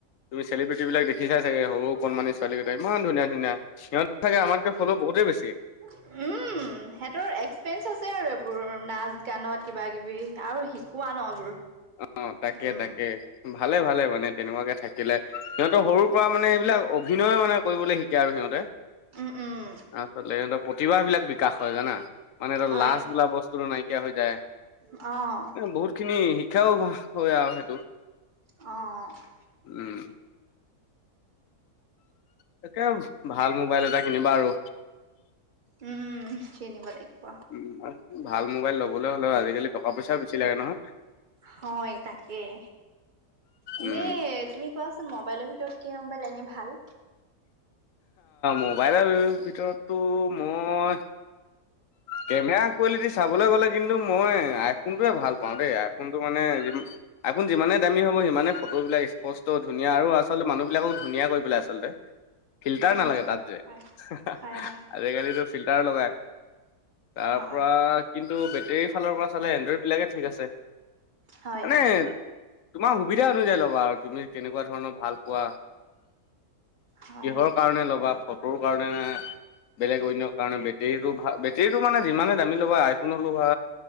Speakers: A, on the left; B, on the right.
A: তুমি চেলিব্ৰিটি বিলাক দেখিচাই চাগে, সৰু কণমানি ছোৱালীকেইটা, ইমান ধুনীয়া, ধুনীয়া, সিহঁতে চাগে আমাতকৈ বহুতেই বেছি।
B: উম সিহঁতৰ এক্সপিৰিয়েঞ্চ আছে আৰু এইবোৰ নাচ গানত। কিবা কিবি আৰু শিকোৱা ন' এইবোৰ।
A: অ', তাকে,
B: উম,
A: তাকে, ভালে, ভালে মানে তেনেকুৱাকে থাকে। থাকে, সিহঁতৰ সৰুৰ পৰা মানে সেইবিলাক অভিনয় মানে কৰিবলৈ শিকে আৰু সিহঁতে।
B: উম, উম,
A: আচলতে সিহঁতৰ প্ৰতিভাবিলাক বিকাশ হয় জানা, মানে সিহঁতৰ
B: হয়
A: লাজ বোলা বস্তু টো নাইকিয়া হৈ যায়।
B: অ'।
A: বহুত খিনি শিক্ষাও হয় আৰু সেইটো।
B: অ'।
A: উম। তাকে ভাল মোবাইল এটা কিনিবা আৰু।
B: উম, কিনিব লাগিব।
A: উম, ভাল মোবাইল লবলৈ হ'লেও আজিকালি টকা পইচা বেছি লাগে নহয়।
B: হয়, তাকেই, এনে
A: উম
B: তুমি কোৱাচোন মোবাইলৰ ভিতৰত কি মোবাইল এনে ভাল?
A: মোবাইলৰ ভিতৰততো মই কেমেৰা কোৱালিটি চাবলৈ গ'লে কিন্তু মই, আইফোনটোৱে ভাল পাওঁ দেই, আইফোনটো মানে আইফণ যিমানে দামী হ'ব সিমানে ফটোবলাক স্পষ্ট, ধুনীয়া আৰু আচলতে মানুহবিলাককো ধুনীয়া কৰি পেলাই আচলতে। ফিল্টাৰ
B: উম,
A: নালাগে তাত যে,
B: হয়,
A: আজিকালিটো
B: হয়, হয়,
A: ফিল্টাৰ লগাই। তাৰ
B: হয়,
A: পৰা কিন্তু বেটেৰীৰ ফালৰ পৰা চালে এনড্ৰইড বিলাকে ঠিক আছে।
B: হয়,
A: মানে তোমাৰ সুবিধা অনুযায়ী ল'বা আৰু তুমি কেনেকুৱা ধৰণৰ ভাল পোৱা।
B: হয়,
A: কিহৰ কাৰণে ল'বা ফটোৰ কাৰণে নে বেলেগ অন্যৰ কাৰণে, বেটেৰীটো ভ বেটেৰীটো মানে যিমানে দামী ল'বা আইফোন লগোৱা